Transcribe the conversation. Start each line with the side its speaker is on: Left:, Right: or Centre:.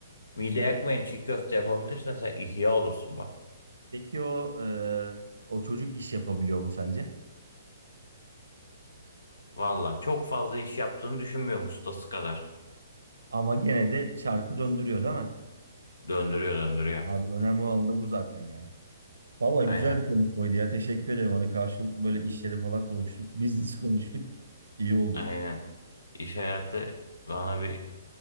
Left: mide yakmayan çiğ köfte yapabilirsen sen ihya olursun bak.
Right: Peki o e, o çocuk iş yapabiliyor mu sence?
Left: Valla çok fazla iş yaptığını düşünmüyorum ustası kadar.
Right: Ama gene de çarkı döndürüyor değil mi?
Left: Döndürüyor döndürüyor.
Right: Abi önemli olan da bu zaten yani. Valla
Left: Aynen
Right: güzel bir konuşmaydı ya. Teşekkür ederim. Hani karşılıklı böyle işleri falan konuştuk. Business konuştuk. İyi oldu.
Left: aynen. İş hayatı bana bir...